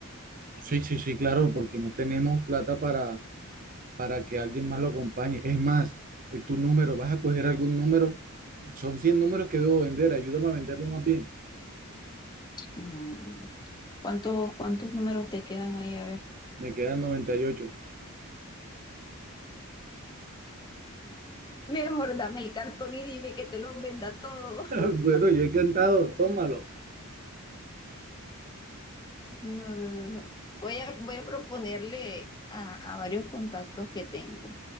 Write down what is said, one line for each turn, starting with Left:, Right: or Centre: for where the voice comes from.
Right: Sí, sí, sí, claro, porque no tenemos plata para, para que alguien más lo acompañe. Es más, eh, tu número, vas a coger algún número. Son 100 números que debo vender, ayúdame a venderlo más bien.
Left: No, ¿Cuántos, cuántos números te quedan ahí? A ver.
Right: Me quedan noventa y ocho
Left: Mejor dame el cartón y dime que te los venda todo.
Right: <laughs> Bueno, yo encantado,
Left: <laughs>
Right: tómalo.
Left: No, no, no, no. Voy a, voy a proponerle a, a varios contactos que tengo.